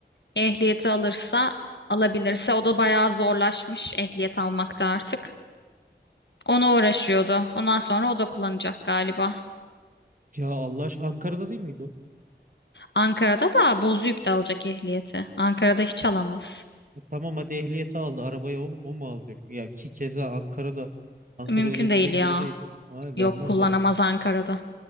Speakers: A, on the left; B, on the right.
A: Ehliyeti alırsa, alabilirse o da bayağı zorlaşmış ehliyet almakta artık. Ona uğraşıyordu. Ondan sonra o da kullanacak galiba.
B: Ya Allah aşkına Ankara'da değil miydi o?
A: Ankara'da da Bozüyük'te alacak ehliyeti. Ankara'da hiç alamaz.
B: E tamam hadi ehliyeti aldı. Arabayı o, mu- o mu alacak? Ya ki keza Ankara'da. Ankara
A: Mümkün
B: öyle bildiğin
A: değil ya.
B: gibi değil. hayır
A: Yok
B: vermezler
A: kullanamaz
B: canım.
A: Ankara'da.